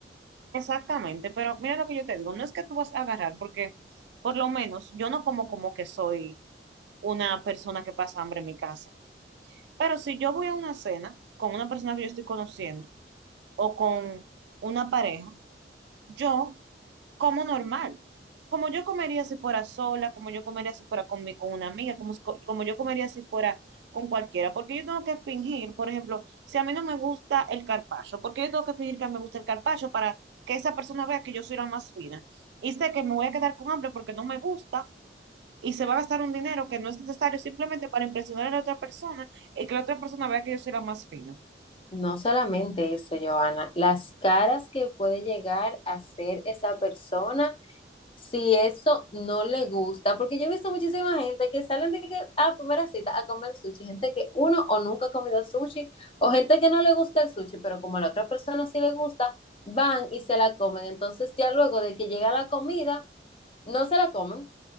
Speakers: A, on the right; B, on the left.
A: Exactamente, pero mira lo que yo te digo, no es que tú vas a agarrar porque por lo menos yo no como como que soy una persona que pasa hambre en mi casa. Pero si yo voy a una cena con una persona que yo estoy conociendo o con una pareja, yo como normal. Como yo comería si fuera sola, como yo comería si fuera con, mi- con una amiga, como, s- co- como yo comería si fuera con cualquiera. Porque yo tengo que fingir, por ejemplo, si a mí no me gusta el carpaccio, porque yo tengo que fingir que me gusta el carpaccio para que esa persona vea que yo soy la más fina. Y sé que me voy a quedar con hambre porque no me gusta y se va a gastar un dinero que no es necesario simplemente para impresionar a la otra persona y que la otra persona vea que yo soy la más fina.
B: No solamente eso, Joana, las caras que puede llegar a ser esa persona si eso no le gusta, porque yo he visto muchísima gente que salen de que a primera cita a comer sushi, gente que uno o nunca ha comido sushi, o gente que no le gusta el sushi, pero como a la otra persona sí le gusta, van y se la comen. Entonces ya luego de que llega la comida, no se la comen.